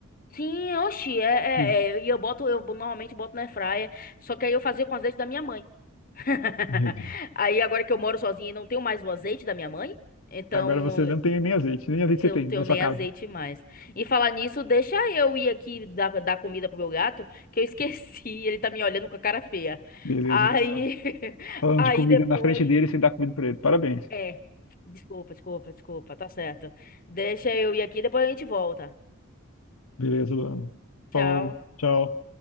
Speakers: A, on the left; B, on the left.
A: Sim, oxi, é, é,
B: Hum.
A: é, e eu boto, eu normalmente boto na airfryer, só que aí eu fazia com azeite da minha mãe. <laughs>
B: Meu Deus.
A: Aí agora que eu moro sozinha e não tenho mais o azeite da minha mãe, então
B: Agora você não tem nem azeite. Nem azeite você
A: eu
B: tem
A: não tenho
B: na sua
A: nem
B: casa.
A: azeite mais. E falar nisso, deixa eu ir aqui dar, dar comida pro meu gato, que eu <laughs> esqueci, ele tá me olhando com a cara feia.
B: Beleza,
A: Aí,
B: vai lá.
A: <laughs>
B: Falando
A: aí
B: de comida
A: depois
B: na frente dele, você dá comida pra ele. Parabéns.
A: É. Desculpa, desculpa, desculpa. Tá certo. Deixa eu ir aqui, depois a gente volta.
B: Beleza, Luana. Falou,
A: Tchau.
B: tchau.